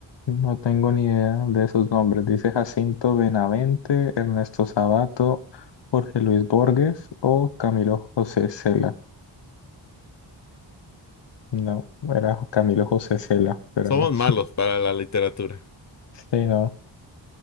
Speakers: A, on the left (about 60°); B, on the left (about 35°).
A: No tengo ni idea de esos nombres. Dice Jacinto Benavente, Ernesto Sabato, Jorge Luis Borges o Camilo José Cela. No, era Camilo José Cela, pero
B: Somos
A: no.
B: malos para la literatura.
A: Sí, no.